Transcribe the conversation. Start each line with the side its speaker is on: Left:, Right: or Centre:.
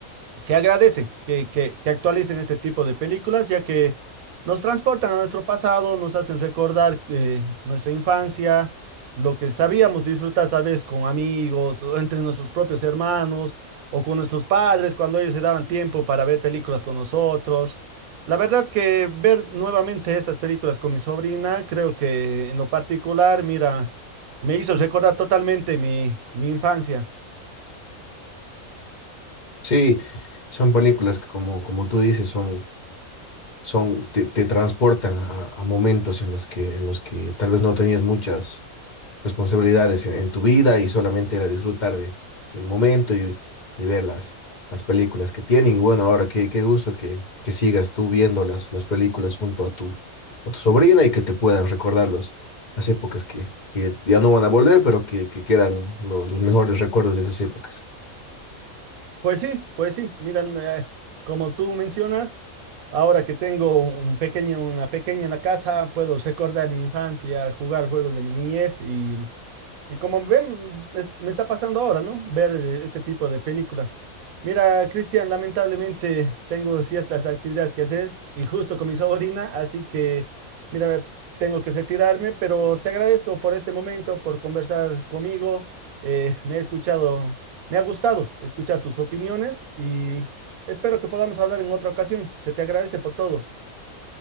Right: se agradece que, que, que actualicen este tipo de películas, ya que nos transportan a nuestro pasado, nos hacen recordar eh, nuestra infancia, lo que sabíamos disfrutar tal vez con amigos, o entre nuestros propios hermanos o con nuestros padres cuando ellos se daban tiempo para ver películas con nosotros. La verdad que ver nuevamente estas películas con mi sobrina, creo que en lo particular, mira, me hizo recordar totalmente mi, mi infancia.
Left: Sí, son películas que como, como tú dices, son, son, te, te transportan a, a momentos en los que, en los que tal vez no tenías muchas responsabilidades en, en tu vida y solamente era disfrutar de, del momento y, y ver las, las películas que tienen. Y bueno, ahora qué, qué gusto que, que sigas tú viendo las, las películas junto a tu, a tu sobrina y que te puedan recordar los, las épocas que, que ya no van a volver, pero que, que quedan lo- los mejores recuerdos de esas épocas.
Right: Pues sí, pues sí, miran, eh, como tú mencionas, ahora que tengo un pequeño, una pequeña en la casa, puedo recordar mi infancia, jugar juegos de mi niñez y. Y como ven, es- me está pasando ahora, ¿no? Ver eh, este tipo de películas. Mira, Cristian, lamentablemente tengo ciertas actividades que hacer y justo con mi sobrina, así que, mira, tengo que retirarme, pero te agradezco por este momento, por conversar conmigo. Eh, me he escuchado, me ha gustado escuchar tus opiniones y espero que podamos hablar en otra ocasión. Se te agradece por todo.